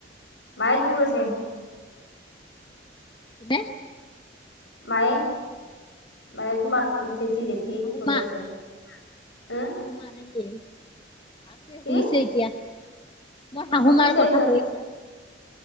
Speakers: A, on the left (about 80°); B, on the left (about 25°).
A: মায়ে কি কৰি আছে?
B: দে।
A: মায়ে, মায়ে তোমাৰ
B: শাহু
A: জেঠী জেঠীয়ে
B: শাহু
A: কি কৰি
B: মা
A: আছে? হা?
B: <unintelligible> নে নেকি? আছে
A: কি
B: শুইছে এতিয়া, মোৰ শাহু
A: অ শুইছে
B: মাৰ কথা
A: সিহঁত
B: কৈছা।